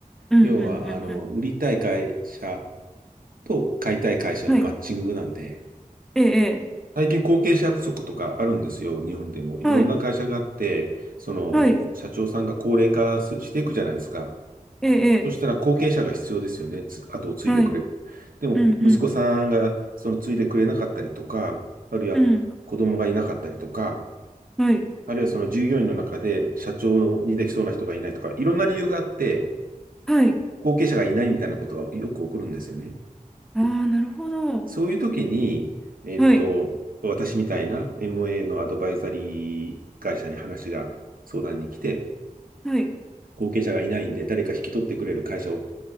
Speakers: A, in the centre; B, on the right.
A: うん、
B: 要は、
A: うん、うん、
B: あの、売りたい会社と買いたい会社のマッチングなんで、
A: うん。はい。ええ、
B: 最近後継者不足とかあるんですよ、日本でも。いろんな会社があって、
A: ええはい。
B: その、
A: はい。
B: 社長さんが高齢化すしていくじゃないですか。
A: ええ、
B: そしたら後継者が必要ですよね。つ、後を継いでくれる。
A: ええはい。
B: でも、
A: うん、
B: 息子さんがその継いでくれなかったりとか、あるいは子供がいなかったりとか、
A: うん、うん。はい。
B: あるいはその従業員の中で社長にできそうな人がいないとか、いろんな理由があって、
A: はい。
B: 後継者がいないみたいなことがよく起こるんですよね。
A: ああ、なるほど。
B: そういう時に、えっと、
A: はい。
B: 私みたいな MA のアドバイザリー会社に話が相談に来て、
A: はい。
B: 後継者がいないんで誰か引き取ってくれる会社を